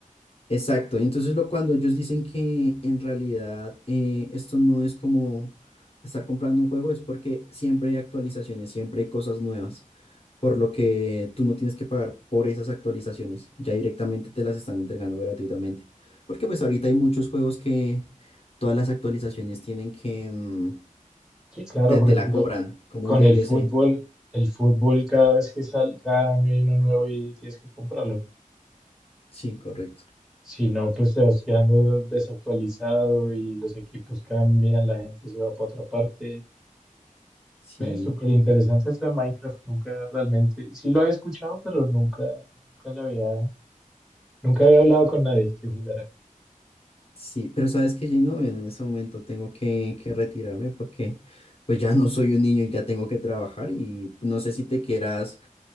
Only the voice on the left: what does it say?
Exacto, y entonces lo cuando ellos dicen que en realidad eh, esto no es como estar comprando un juego, es porque siempre hay actualizaciones, siempre hay cosas nuevas, por lo que tú no tienes que pagar por esas actualizaciones, ya directamente te las están entregando gratuitamente. Porque pues ahorita hay muchos juegos que todas las actualizaciones tienen que, mm,
te,
te
la cobran como
un DLC.
Sí, correcto.
Sí.
Sí, pero sabes que Gino, bueno, en ese momento tengo que, que retirarme porque pues ya no soy un niño y ya tengo que trabajar y no sé si te quieras